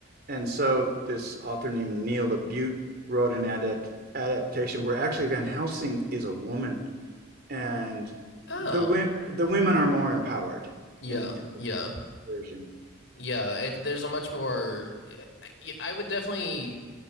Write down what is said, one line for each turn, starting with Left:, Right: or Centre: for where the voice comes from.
Right: And so this author named Neil Labute wrote an adapt- adaptation where actually Van Helsing is a woman and
Left: Um,
Right: the wi- the women are more empowered
Left: yeah,
Right: in, in
Left: yeah.
Right: version.
Left: Yeah, it, there's a much more eh, I, yeah, I would definitely